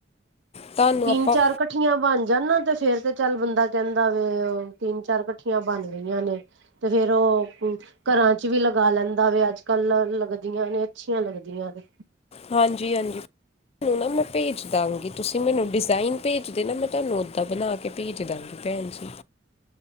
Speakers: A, on the left; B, on the right.
A: ਤੁਹਾਨੂੰ
B: ਤਿੰਨ-ਚਾਰ
A: ਆਪਾਂ
B: ਕੱ ਕੱਠੀਆਂ ਬਣ ਜਾਣ ਤੇ ਫੇਰ ਤੇ ਚੱਲ ਬੰਦਾ ਕਹਿੰਦਾ ਵੇ ਉਹ ਤਿੰਨ-ਚਾਰ ਕੱਠੀਆਂ ਬਣ ਗਈਆਂ ਨੇ। ਤੇ ਫੇਰ ਉਹ ਘਰਾਂ ਚ ਵੀ ਲਗਾ ਲੈਂਦਾ ਵੇ ਅੱਜ-ਕੱਲ ਲੱਗਦੀਆਂ ਨੇ ਅੱਛੀਆਂ ਲੱਗਦੀਆਂ ਨੇ।
A: ਹਾਂਜੀ-ਹਾਂਜੀ। ਤੁਹਾਨੂੰ ਨਾ ਮੈਂ ਭੇਜ ਦਵਾਂਗੀ ਤੁਸੀਂ ਮੈਨੂੰ ਡਿਜ਼ਾਇਨ ਭੇਜ ਦੇ ਨਾ ਮੈਂ ਤੁਹਾਨੂੰ ਓਦਾਂ ਬਣਾ ਕੇ ਕੇ ਪੇਜ ਦਾਂਗੀ ਭੈਣ ਜੀ।